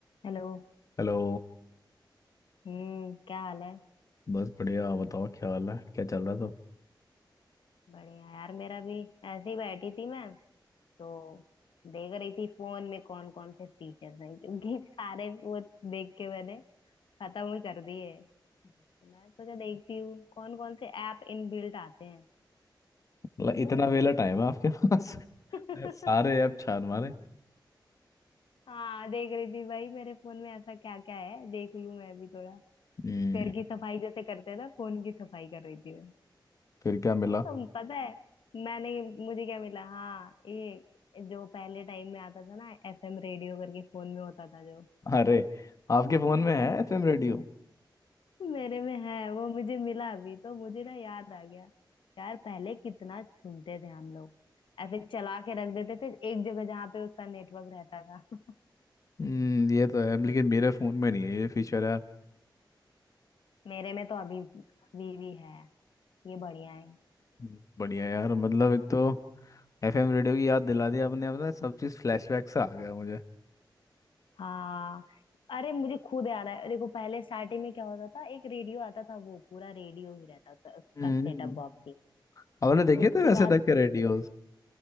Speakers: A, on the left (about 85°); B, on the left (about 40°).
A: Hello
B: Hello
A: हम्म क्या हाल है
B: बस बढ़िया बताओ क्या हाल है क्या चल रहा था <laughs>
A: बढ़िया यार मेरा भी ऐसे ही बैठी थी मैं तो देख रही थी फोन में कौन कौन से फीचर्स हैं क्योंकि <laughs> सारे वो देख के मैंने खत्म ही कर दिए तो मैं सोचा देखती हूँ कौन कौन से ऐप इनबिल्ट आते हैं
B: मतलब इतना
A: तो
B: वेला टाइम है आपके पास
A: <laughs>
B: <laughs> सारे ऐप छान मारे
A: हाँ देख रही थी भाई मेरे फोन में ऐसा क्या क्या है देख लूँ मैं भी थोड़ा
B: हम्म
A: घर की सफाई जैसे करते हैं ना फोन की सफाई कर रही थी
B: फिर क्या मिला
A: तुम पता है मैंने मुझे क्या मिला हाँ ये जो पहले टाइम में आता था ना एफएम रेडियो करके फोन में होता था जो
B: अरे आपके फोन में है
A: <laughs>
B: एफएम रेडियो
A: मेरे में है वो मुझे मिला अभी तो मुझे ना याद आ गया यार पहले कितना सुनते थे हम लोग ऐसे चला के रख देते थे एक जगह जहाँ पे उसका नेटवर्क रहता था
B: हम्म ये तो है लेकिन मेरे फोन में नहीं है ये फीचर यार
A: <laughs> मेरे में तो अभी अभी भी है ये बढ़िया है
B: हम्म, बढ़िया यार मतलब एक तो एफएम रेडियो की याद दिला दी आपने अपना सब चीज़ फ्लैशबैक से आ गया मुझे
A: हाँ अरे मुझे खुद याद है देखो पहले स्टार्टिंग में क्या होता था एक रेडियो आता था वो पूरा रेडियो ही रहता था उसका
B: हम्म
A: सेटअप बॉक्स ही।
B: आपने देखे
A: उसके
B: थे वैसे
A: बाद
B: टाइप के
A: क्या
B: रेडियोस